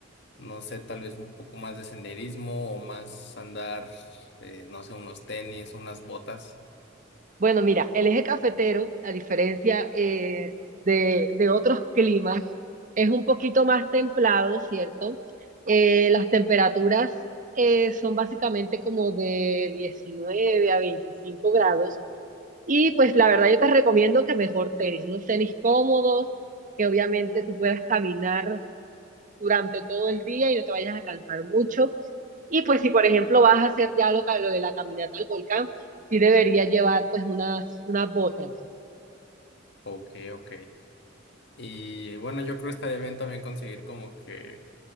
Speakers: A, on the left; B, on the right.
A: no sé, tal vez un poco más de senderismo o más andar, eh, no sé, unos tenis, unas botas.
B: Bueno, mira, el eje cafetero, a diferencia eh, de, de otros climas, es un poquito más templado, ¿cierto? Eh, las temperaturas eh, son básicamente como de 19 a 25 grados. Y pues la verdad yo te recomiendo que mejor tenis, unos tenis cómodos, que obviamente tú puedas caminar durante todo el día y no te vayas a cansar mucho. Y pues si por ejemplo vas a hacer ya lo, ca- lo de la caminata al volcán, sí deberías llevar pues unas, unas botas.
A: Ok, ok. Y bueno, yo creo que estaría bien también conseguir como que